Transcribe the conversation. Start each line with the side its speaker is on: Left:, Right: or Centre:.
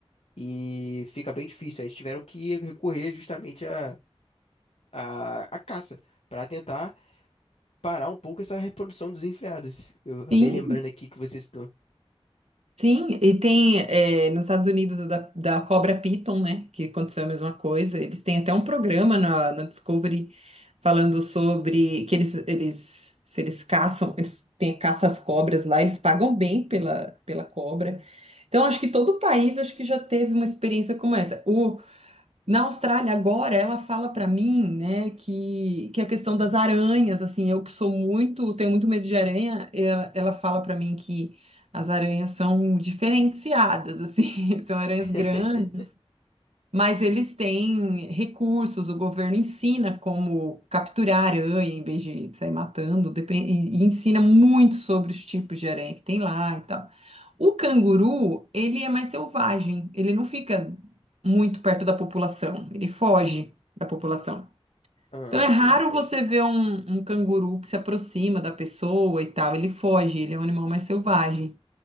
Left: e fica bem difícil. Aí Eles tiveram que recorrer justamente à à à caça para tentar parar um pouco essa reprodução desenfreada. Eu acabei
Right: Sim,
Left: lembrando aqui que você citou.
Right: sim. E tem é, nos Estados Unidos o da, da cobra Python, né? Que aconteceu a mesma coisa. Eles têm até um programa na, na Discovery falando sobre que eles, eles, se eles caçam, eles têm caça às cobras lá, eles pagam bem pela, pela cobra. Então, acho que todo o país acho que já teve uma experiência como essa. O, Na Austrália, agora, ela fala para mim, né, que, que a questão das aranhas, assim, eu que sou muito, tenho muito medo de aranha, ela, ela fala para mim que as aranhas são diferenciadas, assim, <laughs> são aranhas
Left: <laughs>
Right: grandes, mas eles têm recursos, o governo ensina como capturar aranha em vez de sair matando, depen- e, e ensina muito sobre os tipos de aranha que tem lá e tal. O canguru, ele é mais selvagem, ele não fica muito perto da população, ele foge da população.
Left: Ah,
Right: Então é
Left: interessante.
Right: raro você ver um, um canguru que se aproxima da pessoa e tal, ele foge, ele é um animal mais selvagem.